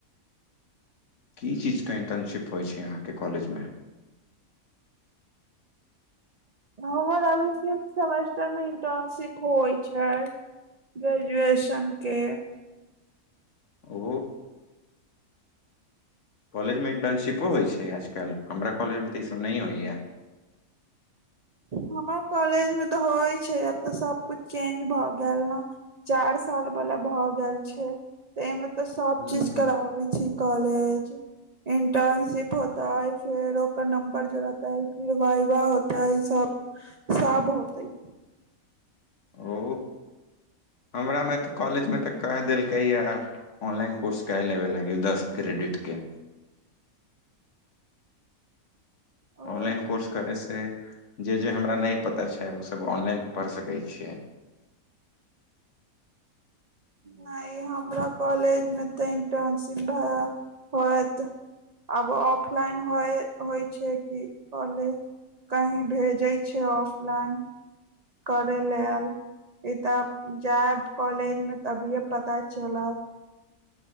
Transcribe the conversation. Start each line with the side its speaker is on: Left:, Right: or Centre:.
Left: की चीजके इन्टर्नशिप होय छै अहाँके कॉलेजमे
Right: हमर अभी फिफ्थ सेमेस्टर मे इंटर्नशिप होइ छै ग्रेजुएशन के
Left: ओ कॉलेजमे इन्टर्नशिपो होय छै आजकल हमरा कॉलेजमे तऽ ईसब नै होइया
Right: हमरा कॉलेज मे तऽ होइ छै आब तऽ सबकुछ चेंज भऽ गेएल न चार साल बाला भ गेएल छै तऽ एहिमे तऽ सब
Left: हूँ
Right: चीज
Left: हूँ
Right: कराबै छै कॉलेज इंटर्नशिप होताय फेर ओकर नंबर जोड़ताय फीर वइ वाह हो तऽ ईसब साब होतइ
Left: ओ हमरामे तऽ कॉलेजमे तऽ कह देलकैया ऑनलाइन कोर्स कए लेबे लागयै दस क्रेडिटके
Right: ओ
Left: ऑनलाइन कोर्स करयसे जे जे हमरा नै पता छै ओसब ऑनलाइन पढ़ि सकै छियै
Right: नै हमरा कॉलेज मे तऽ इंटर्नशिप भए होयत आब ऑफलाइन हो होइ छै कि कले कही भेजै छै ऑफलाइन करेलए आयल ई तऽ जायब कॉलेज मे तभिए पता चलत